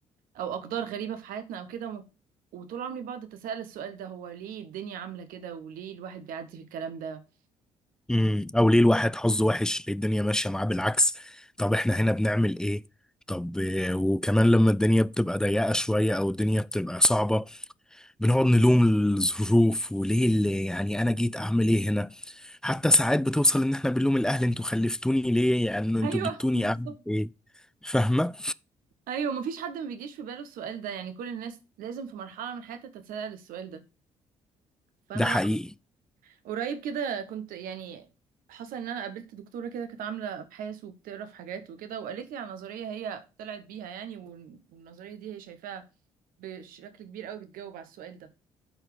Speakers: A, on the right; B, in the centre.
A: او اقدار غريبه في حياتنا او كده وم- وطول عمري بقعد اتساءل السؤال ده هو ليه الدنيا عامله كده وليه الواحد بيعدي في الكلام ده
B: امم او ليه الواحد حظه وحش ليه الدنيا ماشيه معاه بالعكس طب احنا هنا بنعمل ايه طب آه، وكمان لما الدنيا بتبقى ضيقه شويه او الدنيا بتبقى صعبه بنقعد نلوم الظروف وليه اللي يعني انا جيت اعمل ايه هنا حتى ساعات بتوصل ان احنا بنلوم الاهل انتوا خلفتوني ليه يعني انتوا
A: <laughs> ايوه
B: جبتوني
A: بالظبط
B: اعمل ايه فاهمه
A: ايوه مفيش حد ما بيجيش في باله السؤال ده يعني كل الناس لازم في مرحله من حياتها تتساءل السؤال ده فانا
B: ده حقيقي
A: قريب كده كنت يعني حصل ان انا قابلت دكتوره كده كانت عامله ابحاث وبتقرا في حاجات وكده وقالت لي على نظريه هي طلعت بيها يعني وال- والنظريه دي هي شايفاها بشكل كبير قوي بتجاوب على السؤال ده